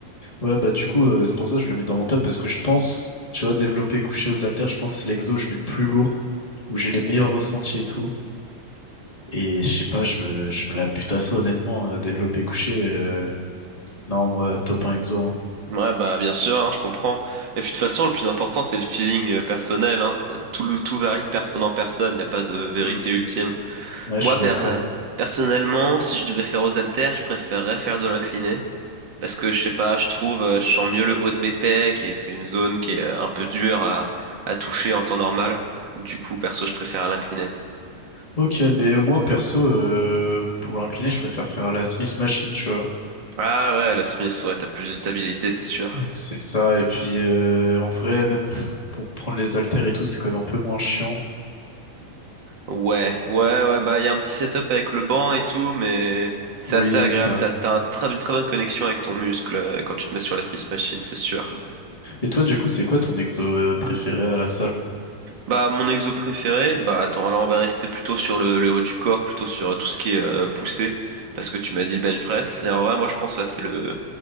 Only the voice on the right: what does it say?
Ouais, bah bien sûr, hein, je comprends. Et puis de toute façon, le plus important, c'est le feeling euh, personnel, hein. Tout, le- tout varie de personne en personne, il n'y a pas de vérité
ultime.
Moi,
per-
euh, personnellement, si je devais faire aux haltères, je préférerais faire de l'incliné. Parce que je sais pas, je trouve, euh, je sens mieux le haut de mes pecs et c'est une zone qui est euh, un peu dure à, à toucher en temps normal. Du coup, perso, je préfère l'incliner.
Ah ouais, la Smith, ouais, t'as plus de stabilité, c'est sûr.
Ouais, ouais, ouais, bah il y a un petit setup avec le banc et tout, mais c'est
assez agréable.
T'as, t'as un très- une très bonne connexion avec ton muscle euh, quand tu te mets sur la Smith Machine, c'est sûr.
Bah, mon exo préféré, bah attends, là on va rester plutôt sur le, le haut du corps, plutôt sur euh, tout ce qui est euh, poussé, parce que tu m'as dit le bench press. Et en vrai, moi je pense là c'est le,